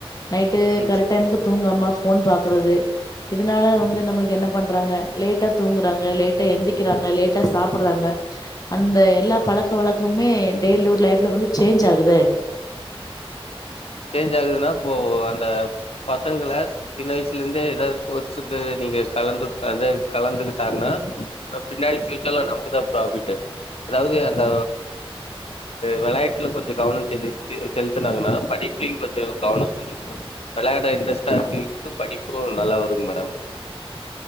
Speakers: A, on the left; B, on the left.
A: நைட்டு
B: ம்
A: கரெக்ட் டைமுக்கு தூங்காம போன் பார்க்குறது இதனால வந்து நம்மளுக்கு என்ன பண்றாங்க லேட்டா தூங்குறாங்க லேட்டா எந்தி வக்கிறாங்க லேட்டா சாப்டுறாங்க அந்த எல்லா பழக்க வழக்கமே டெய்லி லைஃப்ல வந்து சேஞ்ச் ஆகுதே
B: சேஞ்ச் ஆகுதுன்னா அப்போ அந்த பசங்கள சின்ன வயசுல இருந்தே ஏதாவது போர்ட்ஸ்க்கு நீங்க கலந்து அத கலந்துகிட்டு கிட்டாங்கனா பின்னாடி ப்யூச்சர்ல நமக்குதான் ப்ராபிட் அதாவது அந்த விளையாட்டுல கொஞ்சம் கவனம் செலுத்தி செலுத்தனாங்கன்னா படிப்பு படிப்பும் கொஞ்சம் கவனம் வரும் விளையாட இன்ட்ரெஸ்ட்டா இருக்குறவங்களுக்கு படிப்பு நல்லா வரும் மேடம்